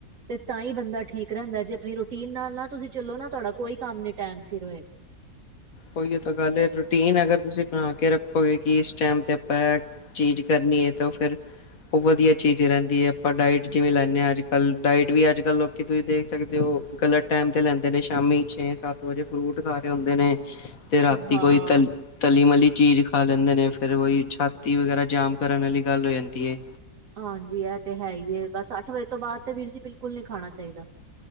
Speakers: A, on the right; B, on the left.
A: ਤੇ ਤਾਂਹੀ ਬੰਦਾ ਠੀਕ ਰਹਿੰਦਾ ਜੇ ਆਪਨੀ ਰੋਟੀ ਰੁਟੀਨ ਨਾਲ ਨਾ ਤੁਸੀਂ ਚਲੋ ਨਾ ਤੁਹਾਡਾ ਕੋਈ ਕੰਮ ਨੀ ਟਾਈਮ ਸਿਰ ਹੋਏ
B: ਉਹੀ ਤਾਂ ਗੱਲ ਏ ਰੂਟੀਨ ਅਗਰ ਤੁਸੀਂ ਬਣਾ ਕੇ ਰੱਖੋਗੇ ਕਿ ਇਸ ਟਾਈਮ ਤੇ ਆਪਾਂ ਚੀਜ਼ ਕਰਨੀ ਹੈ ਤਾਂ ਫੇਰ। ਉਹ ਵਧੀਆ ਚੀਜ਼ ਰਹਿੰਦੀ ਹੈ ਆਪਾਂ ਡਾਇਟ ਜਿਵੇਂ ਲੈਂਦੇ ਹਾਂ ਅੱਜ ਕੱਲ੍ਹ ਡਾਇਟ ਵੀ ਅੱਜ ਕੱਲ ਕਿ ਤੁਸੀਂ ਦੇਖ ਸਕਦੇ ਹੋ ਗਲਤ ਟੈਮ ਤੇ ਲੈਂਦੇ ਨੇ ਸ਼ਾਮੀ ਛੇ, ਸੱਤ ਵਜੇ ਫਰੂਟ ਖਾ ਰਹੇ ਹੁੰਦੇ ਨੇ ਤੇ ਰਾਤੀ
A: ਹਾਂ।
B: ਕੋਈ ਤਲੀ ਤਲੀ, ਮਲੀ ਚੀਜ਼ ਖਾ ਲੈਂਦੇ ਨੇ ਫੇਰ ਉਹੀ ਛਾਤੀ ਵਗ਼ੈਰਾ ਜਾਮ ਕਰਨ ਵਾਲੀ ਗੱਲ ਹੋ ਜਾਂਦੀ ਏ
A: ਹਾਂਜੀ ਇਹ ਤੇ ਹੈ ਹੀ ਬਸ ਅੱਠ ਵਜੇ ਤੋਂ ਬਾਦ ਤੇ ਵੀਰ ਜੀ ਬਿਲਕੁਲ ਨਹੀਂ ਖਾਣਾ ਚਾਹੀਦਾ